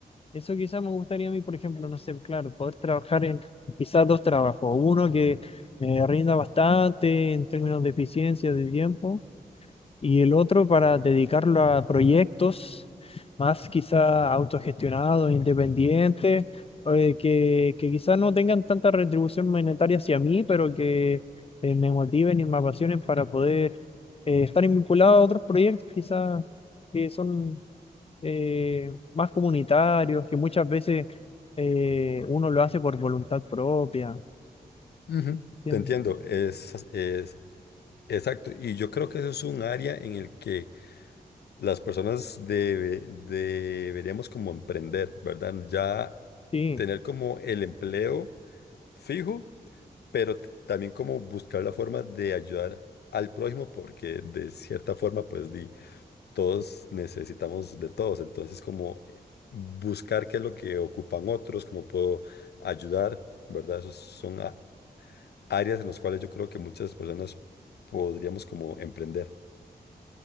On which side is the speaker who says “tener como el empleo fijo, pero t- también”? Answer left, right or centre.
Left